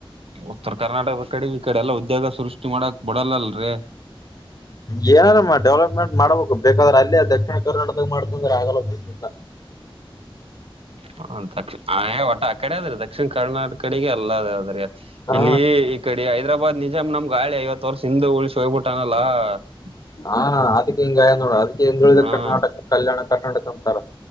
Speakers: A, on the right (about 80°); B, on the left (about 40°).
A: ಉತ್ತರ ಕರ್ನಾಟಕ ಕಡೆ ಈ ಕಡೆ ಎಲ್ಲ ಉದ್ಯೋಗ ಸೃಷ್ಟಿ ಮಾಡಕ್ ಬಿಡಲ್ಲಲ್ರರಿ
B: ಯಾರಮ್ಮ ಡೆವಲಪ್ಮೆಂಟ್ ಮಾಡ್ಬೇಕು ಬೇಕಾದ್ರೆ ಅಲ್ಲೇ ದಕ್ಷಿಣ ಕರ್ನಾಡದಾಗ ಮಾಡ್ತಂದ್ರೆ ಆಗಲ್ಲಲ್ಲ
A: ಹ ದಿಣ ಒಟ ಆ ಕಡೆ ಅದ್ರೀ ದಕ್ಷಿಣ ಕರ್ನಾಟಕಡಿಗೆ ಎಲ್ಲದ ಅದ್ರಿ
B: ಹಾ
A: ಇಲ್ಲಿ ಈ ಕಡೆ ಹೈದ್ರಾಬಾದ್ ನಿಜಾಮ್ ನಮ್ಗೆ ಗಾಿ ಐವತ್ತು ವರ್ಷ ಹಿಂದ ಉಳ್ಿಸಿಿ ಹೋಗ್ಬಿಟ್ಟಾನಲ್ಲಾ <unintelligible>
B: ಹಾ ಅದಕ್ಕೆ ಹಿಂಗ ಗಯ ನೋಡ ಅದಕ್ಕೆ ಹೆ ಹೇಳಿದ
A: ಹಾ
B: ಕರ್ನಾಟಕ ಕಲ್ಯಾಣ ಕರ್ನಾಟಕ ಅಂತಾರ